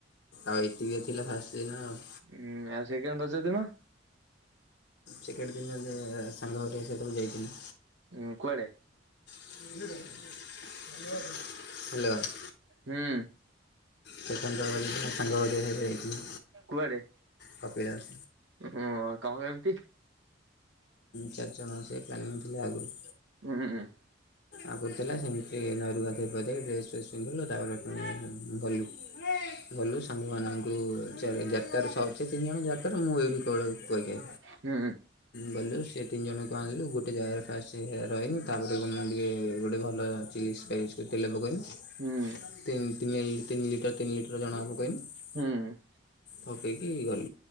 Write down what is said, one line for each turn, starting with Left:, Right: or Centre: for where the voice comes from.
Left: ଆଉ ଏତିକି ତ ଥିଲା ଫାଷ୍ଟ ଦିନ ଆଉ।
Right: ହୁଁ ଆଉ ସେକେଣ୍ଡ ରଜ ଦିନ?
Left: ସେକେଣ୍ଡ ଦିନ ସାଙ୍ଗ ଘରିଆ ସେ ତାକୁ ଯାଇଥିଲୁ।
Right: ଉୁଁ କୁଆଡେ।
Left: ହ୍ୟାଲୋ।
Right: ହୁଁ।
Left: ସେକେଣ୍ଡ ରବିବାର ଦିନ ସାଙ୍ଗ ଘରିକା ସହିତ ଯାଇଥିଲି
Right: କୁଆଡେ?
Left: କପିଳାସ
Right: ହଁ କଣ ଏମିତି।
Left: ଚାରିଜଣ ସେ ପ୍ଲାନିଂ ଥିଲେ ଆଗରୁ।
Right: ହୁଁ।
Left: ଆଗୁରୁ ଥିଲା ସେମିତି ନଈରୁ ଗାଧେଇ ପଧେଇ ଡ୍ରେସ୍ ଫ୍ରେସ୍ ପିନ୍ଧିଲୁ ତାପରେ ପୁଣି ଗଲୁ। ଗଲୁ ସାଙ୍ଗ ମାନଙ୍କୁ ଯାର୍କାରେ ସହଜେ ତିନି ଜଣ ଯାର୍କାରେ ମୁଁ ଏଇଠି କେବଳ କୁଆଖିଆ।
Right: ହୁଁ
Left: ଗଲୁ ସେ ତିନି ଜଣଙ୍କୁ ଆଣିଲୁ ଗୋଟେ ଜାଗାରେ ଫାଷ୍ଟ ରହିନୁ ତାପରେ ଗୋଟେ ଭଲ ଚିଲ ସ୍ପାଇସ୍ ତେଲ ପକେଇନି
Right: ହୁଁ
Left: ତିନି ତିନି ଲିଟର ତିନି ଲିଟର ଜଣା କା ପକେଇଲୁ।
Right: ହଁ
Left: ପକେଇକି ଗଲୁ